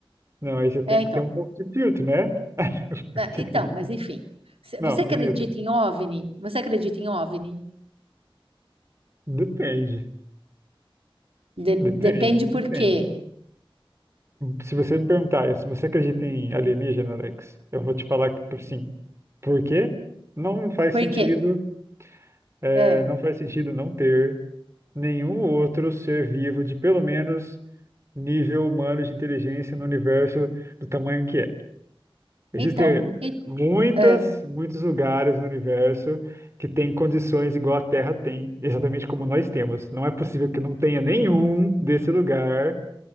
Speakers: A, on the right; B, on the right.
A: Não, aí você tem
B: é, então,
A: que ter um pouco de filtro, né? <laughs>
B: Ah, Então, mas enfim. Se-
A: Não,
B: Você acredita
A: beleza.
B: em OVNI? Você acredita em OVNI?
A: Depende.
B: De-
A: Depende,
B: depende
A: depende.
B: por quê.
A: Se você me perguntar, se você acredita em alienígena, Alex, eu vou te falar que sim. Por quê? Não faz
B: Por
A: sentido,
B: quê?
A: é,
B: Ah,
A: não faz sentido não ter. nenhum outro ser vivo de pelo menos nível humano de inteligência no universo do tamanho que é. Existem
B: então,
A: eh,
B: e-
A: muitas,
B: ah,
A: muitos lugares no universo que têm condições igual a Terra tem, exatamente como nós temos. Não é possível que não tenha nenhum desse lugar